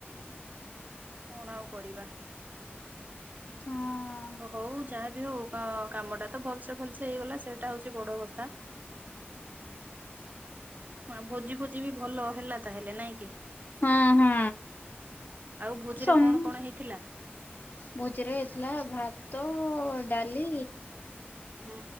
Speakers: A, on the right (about 40°); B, on the left (about 45°).
A: କଣ ଆଉ କରିବା?
B: ହଁ
A: ଅ ହଉ, ଯାହାବି ହଉ କାମଟା ତ ଭଲ୍ ସେ ଭଲ୍ ସେ ହେଇଗଲା। ସେଇଟା ହଉଚି ବଡ କଥା।। ହଁ, ଭୋଜି ଫୋଜି ବି ଭଲ ହେଲା ତାହେଲେ ନାଇଁ କି?
B: ହଁ, ହୁଁ।
A: ଆଉ ଭୋଜିରେ
B: ସମ୍
A: କଣ କଣ ହେଇଥିଲା?
B: ଭୋଜିରେ ହେଇଥିଲା ଭାତ, ଡାଲି
A: ହୁଁ।